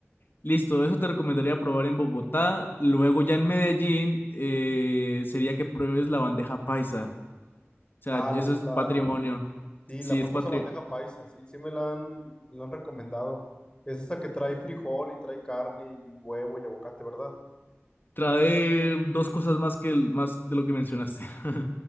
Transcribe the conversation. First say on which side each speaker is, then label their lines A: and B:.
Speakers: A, on the left; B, on the left.
A: Listo, eso te recomendaría probar en Bogotá. Luego ya en Medellín eh, sería que pruebes la bandeja paisa. O sea,
B: Ah, la,
A: eso
B: fa-
A: es
B: la,
A: patrimonio.
B: Sí,
A: Sí,
B: la famosa
A: es patrimonio.
B: bandeja paisa, sí, sí me la han, la han recomendado. Es esa que trae frijol y trae carne y huevo y aguacate, ¿verdad?
A: trae dos cosas más que el- más de lo que mencionaste. <laughs>